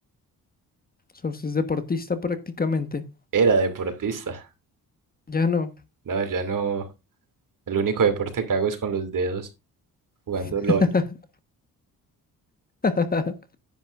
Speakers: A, on the left; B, on the right.
A: O sea, usted es deportista prácticamente.
B: Era deportista.
A: Ya no.
B: No, ya no. El único deporte que hago es con los dedos, jugando
A: <laughs>
B: LOL.
A: <laughs>